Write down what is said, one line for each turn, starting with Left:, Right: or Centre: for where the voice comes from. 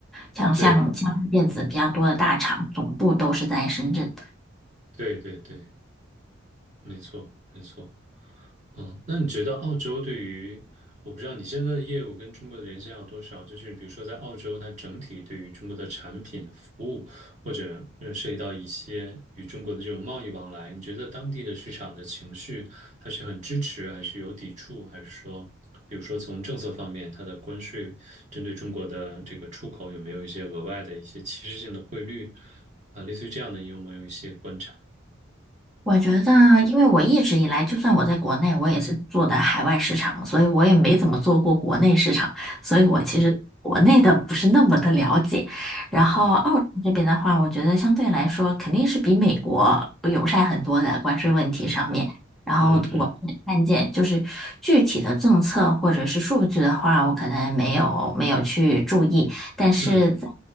Centre: 像像像电子比较多的大厂，
Right: 对
Centre: 总部都是在深圳，
Right: 对对对，没错没错。嗯，那你觉得澳洲对于，我不知道你现在的业务跟中国的联系要多少？就是比如说在澳洲，它整体对于中国的产品、服务，或者呃涉及到一些与中国的这种贸易往来，你觉得当地的市场的情绪，它是很支持，还是有抵触，还是说，比如说从政策方面，它的关税针对中国的这个出口有没有一些额外的一些歧视性的汇率啊，类似于这样的，你有没有一些观察？
Centre: 我觉得，因为我一直以来，就算我在国内，我也是做的海外市场，所以我也没怎么做过国内市场，所以我其实国内的不是那么的了解。然后澳洲这边的话，
Right: 嗯
Centre: 我觉得相对来说肯定是比美国友善很多的关税问题上面。
Right: 嗯
Centre: 然后我看见就是具体的政策或者是数据的话，
Right: 嗯嗯
Centre: 我可能没有没有去注意。但是在
Right: 嗯